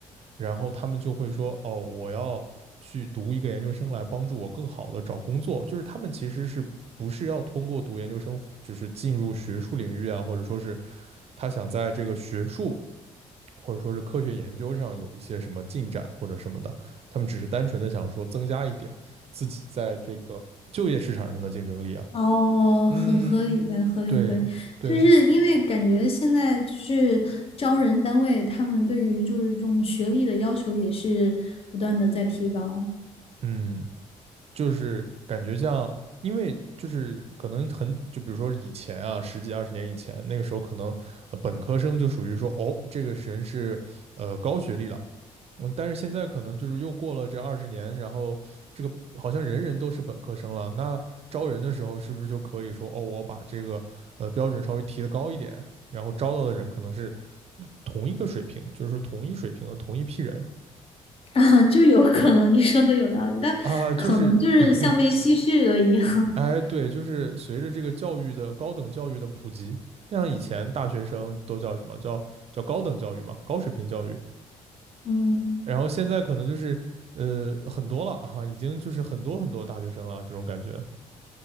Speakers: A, on the right; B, on the left.
A: 然后他们就会说哦，我要去读一个研究生来帮助我更好的找工作，就是他们其实是不是要通过读研究生，就是进入学术领域啊，或者说是他想在这个学术或者说是科学研究上有一些什么进展或者什么的，他们只是单纯的想说增加一点自己在这个就业市场上的竞争力啊。
B: 哦，
A: 嗯，
B: 很合理，很合理，
A: 对对，
B: 合理。就是因为感觉现在就是招人单位，他们对于就是这种学历的要求也是不断的在提高。
A: 嗯，就是感觉像，因为就是可能很，就比如说以前啊，十几二十年以前，那个时候可能呃本科生就属于说，哦，这个人是呃高学历了，嗯，但是现在可能就是又过了这二十年，然后这个好像人人都是本科生了。那招人的时候，是不是就可以说，哦，我把这个呃标准稍微提得高一点，然后招到的人可能是同一个水平，就是说同一水平的同一批人
B: 啊，就有可能你说的有道理，但可能就是像被稀释了一样。
A: 啊，就是，<laughs> 哎，
B: <laughs>
A: 对，就是随着这个教育的高等教育的普及，像以前大学生都叫什么叫叫高等教育嘛，高水平教育，
B: 嗯，
A: 然后现在可能就是呃很多了哈，已经就是很多很多大学生了这种感觉。